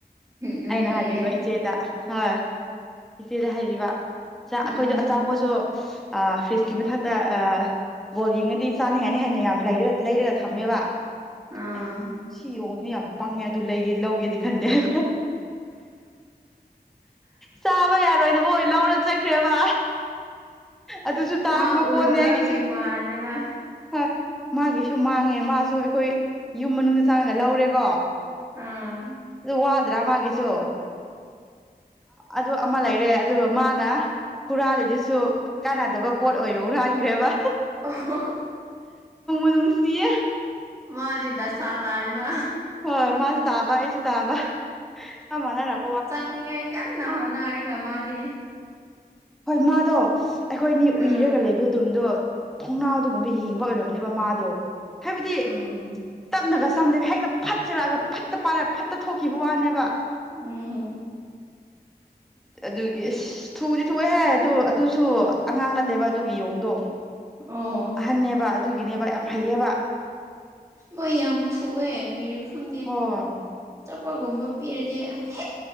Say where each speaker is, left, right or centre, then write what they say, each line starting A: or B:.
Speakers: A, on the right (about 20°); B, in the centre.
A: ꯅꯨꯡꯁꯤꯌꯦ
B: ꯑꯩꯅ ꯍꯥꯏꯕꯤꯕ ꯏꯆꯦꯗ ꯍꯣꯏ ꯏꯆꯦꯗ ꯍꯥꯏꯔꯤꯕ ꯆꯥ
A: ꯎꯝ
B: ꯑꯩꯈꯣꯏꯗꯣ ꯑꯆꯥꯄꯣꯠꯁꯨ ꯑ ꯐꯦꯤꯁꯀꯤꯃ ꯊ ꯇ ꯑ ꯕꯣꯜ ꯌꯦꯡꯉꯗꯤ ꯆꯥꯅꯤꯉꯥꯏꯅ ꯍꯦꯟꯅ ꯌꯥꯝ ꯂꯩꯔ ꯂꯩꯔꯒ ꯊꯝꯃꯦꯕ
A: ꯑꯥ
B: ꯑꯩꯅ ꯁꯤ ꯌꯣꯡꯁꯦ ꯌꯥꯝ ꯄꯪꯉꯦ ꯑꯗꯨ ꯂꯩꯒꯦ ꯂꯧꯒꯦꯗꯤ ꯈꯟꯗꯦꯕ ꯆꯥꯕ ꯌꯥꯔꯣꯏꯗꯕ ꯑꯣꯏ ꯂꯧꯔ ꯆꯠꯈ꯭ꯔꯦꯕ ꯑꯗꯨꯁꯨ ꯇꯥꯡꯕ
A: ꯃꯥ
B: ꯄꯣꯠꯅꯦ
A: ꯎꯗꯕꯒꯤ
B: ꯑꯩꯒꯤꯁꯦ
A: ꯃꯥꯜꯂꯦꯕ
B: ꯍꯣꯏ ꯃꯥꯒꯤꯁꯨ ꯃꯥꯡꯉꯦ ꯃꯥꯁꯨ ꯑꯩꯈꯣꯏ ꯌꯨꯝ ꯃꯅꯨꯡꯗ ꯆꯥꯡꯉꯒ ꯂꯧꯔꯦꯀꯣ
A: ꯑꯥ
B: ꯑꯗꯨ ꯋꯥꯗ꯭ꯔꯥ ꯃꯥꯒꯤꯁꯨ ꯑꯗꯨ ꯑꯃ ꯂꯩꯔꯦ ꯑꯗꯨꯒ ꯃꯥꯅ ꯍꯨꯔꯥꯜꯂꯤꯗꯨꯁꯨ ꯀꯥꯟꯅꯗꯕ ꯄꯣꯠ ꯑꯣꯏꯅ ꯍꯨꯔꯥꯟꯒ꯭ꯔꯦꯕ
A: ꯑꯣ ꯍꯣ
B: ꯅꯨꯡꯁꯤꯌꯦ
A: ꯃꯥꯗꯤ ꯗꯁꯥ ꯇꯥꯔꯦꯅꯥ
B: ꯍꯣꯏ ꯃꯥꯁꯨ ꯇꯥꯕ ꯑꯩꯁꯨ ꯇꯥꯕ ꯆꯞ ꯃꯥꯟꯅꯔꯞ
A: ꯆꯪꯅꯤꯉꯥꯏ ꯀꯟꯅ ꯍꯣꯠꯅꯔꯒ ꯃꯥꯗꯤ
B: ꯍꯣꯏ ꯃꯥꯗꯣ ꯑꯩꯈꯣꯏꯅꯤ ꯎꯏꯔꯒ
A: ꯎꯝ
B: ꯂꯩꯕꯗꯨꯝꯗꯣ ꯊꯣꯡꯅꯥꯎꯗꯒꯨꯝꯕ ꯌꯦꯡꯕ ꯑꯣꯏꯔꯝꯅꯤꯕ ꯃꯥꯗꯣ ꯍꯥꯏꯕꯗꯤ
A: ꯎꯝ
B: ꯇꯞꯅꯒ ꯆꯪꯗꯦꯕ ꯍꯦꯛꯇ ꯐꯠ ꯆꯦꯜꯂꯛꯑꯒ ꯐꯠꯇ ꯄꯥꯏꯔ ꯐꯠꯇ ꯊꯣꯛꯈꯤꯕ ꯋꯥꯅꯦꯕ
A: ꯎꯝ
B: ꯑꯗꯨꯒꯤ ꯑꯁ ꯊꯨꯗꯤ ꯊꯨꯋꯦꯍꯦ ꯑꯗꯨ ꯑꯗꯨꯁꯨ ꯑꯉꯥꯡ ꯅꯠꯇꯦꯕ ꯑꯗꯨꯒꯤ ꯌꯣꯡꯗꯣ
A: ꯑꯣ
B: ꯑꯍꯟꯅꯦꯕ ꯑꯗꯨꯒꯤꯅꯦꯕ ꯌꯥꯝ ꯍꯩꯌꯦꯕ
A: ꯃꯣꯏ ꯌꯥꯝ ꯊꯨꯑꯦ ꯀ꯭ꯔꯤꯔꯥ ꯈꯪꯗꯦ
B: ꯍꯣꯏ
A: ꯑꯆꯥꯄꯣꯠꯒꯨꯝꯕ ꯄꯤꯔꯗꯤ ꯍꯦꯛ